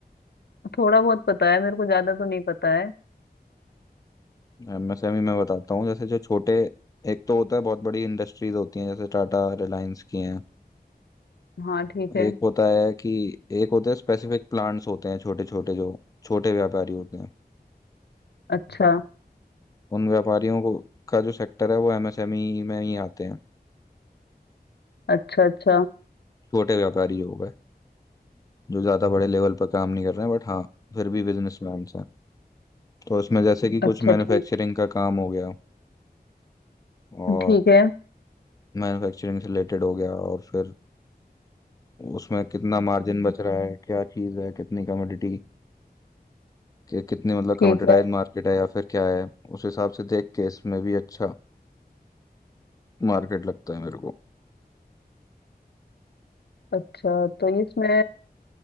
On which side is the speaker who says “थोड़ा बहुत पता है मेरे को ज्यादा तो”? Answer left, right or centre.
Left